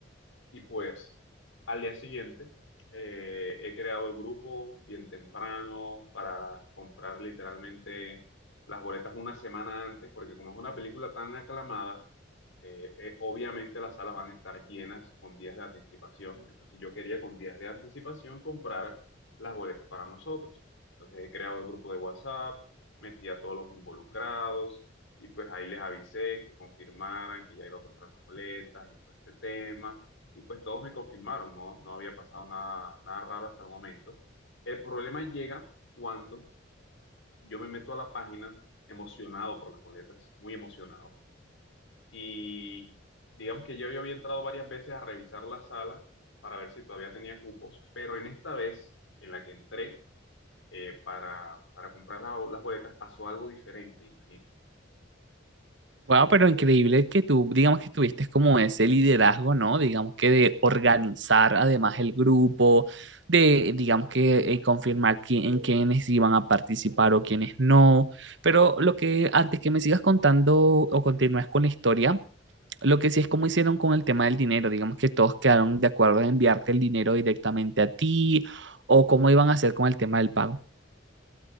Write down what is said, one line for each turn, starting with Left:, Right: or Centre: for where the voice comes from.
Left: Y pues al día siguiente eh, he creado el grupo bien temprano para comprar literalmente las boletas una semana antes, porque como es una película tan aclamada, eh, eh, obviamente las salas van a estar llenas con días de anticipación. Entonces yo quería con días de anticipación comprar las boletas para nosotros. Entonces he creado el grupo de WhatsApp, metí a todos los involucrados y pues ahí les avisé que confirmaran que ya iba a comprar boletas y todo este tema y pues todos me confirmaron, no, no había pasado nada, nada raro hasta el momento. El problema llega cuando yo me meto a la página emocionado por las boletas, muy emocionado, y digamos que yo ya había entrado varias veces a revisar la sala para ver si todavía tenía cupos, pero en esta vez en la que entré eh, para, para comprar la- las boletas pasó algo diferente, imagínate.
Right: Wow, pero increíble que tú, digamos que tuviste como ese liderazgo, ¿no? Digamos que de organizar además el grupo, de, digamos que eh, confirmar quién, en quiénes iban a participar o quiénes no. Pero lo que, antes que me sigas contando o continúes con la historia, lo que sí es cómo hicieron con el tema del dinero, digamos que todos quedaron de acuerdo en enviarte el dinero directamente a ti o cómo iban a hacer con el tema del pago.